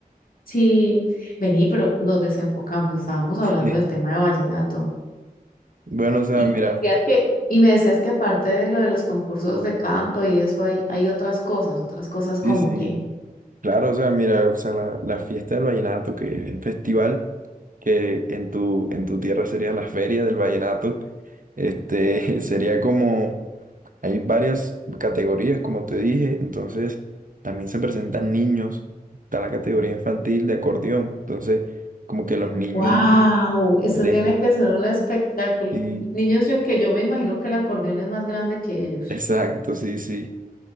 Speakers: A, on the left; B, on the right.
A: Sí, vení, pero nos desenfocamos, estábamos hablando
B: <laughs>
A: del tema de vallenato.
B: Bueno, o sea,
A: Y
B: mira,
A: me decías que, y me decías que aparte de lo de los concursos de canto y eso hay, hay otras cosas, otras cosas
B: sí,
A: como
B: sí.
A: que,
B: Claro, o sea, mira, o sea, la, la fiesta del vallenato, que el festival que en tu, en tu tierra sería la feria del vallenato, este, <laughs> sería como, hay varias categorías, como te dije, entonces también se presentan niños, está la categoría infantil de acordeón, entonces como que los niños
A: wow, esto
B: de...
A: tiene que ser un espectáculo.
B: Sí,
A: Niños, yo que yo me imagino que el acordeón es más grande que ellos.
B: exacto, sí, sí.